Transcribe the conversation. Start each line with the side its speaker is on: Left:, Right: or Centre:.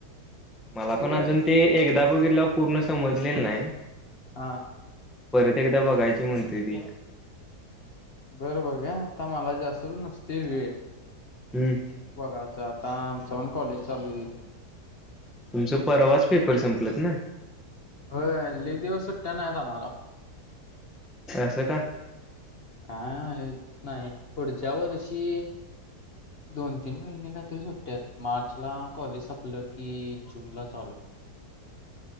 Centre: मला
Left: ठीक
Centre: पण
Left: आहे
Centre: अजून ते एकदा बघितलं पूर्ण समजलेलं नाही.
Left: हा
Centre: परत एकदा बघायची म्हणते ती...
Left: बरं बघा आता मला जास्त नसते वेळ...
Centre: हम्म..
Left: बघायचं आता आमच्या पण कॉलेज चालू आहे.
Centre: तुमचं परवाच पेपर संपलत ना.
Left: हो लय दिवस सुट्ट्या नाही आम्हाला..
Centre: असं का?
Left: काय मा नाही पुढच्या वर्षी... दोन तीन महिने कात्री सुट्टयात मार्चला कॉलेज संपलं की जून ला चालू <unintelligible>